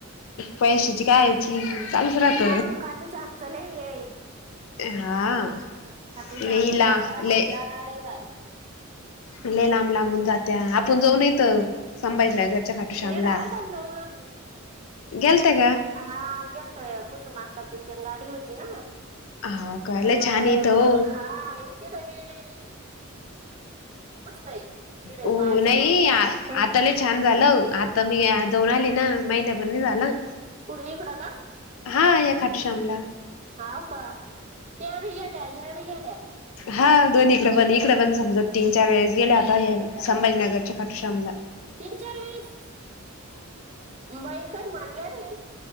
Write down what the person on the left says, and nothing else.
पैशाची कायची चालूच राहत.
हा
लय ला लय
लय लांब लांबून जात्या आपण जाऊ नायत. संभाजीनगरच्या खाटू श्यामला
गेलते का
हो का
लय
छान येत हो
हो
नई
आता लय छान झालं आता मी आज जाऊन आले ना महिनापण नाय झाला.
हा या खाटूश्यामला
हा दोन्हीकड पण इकडे पण समजा तीन चार वेळेस गेले आता संभाजीनगरच्या खाटुशामला.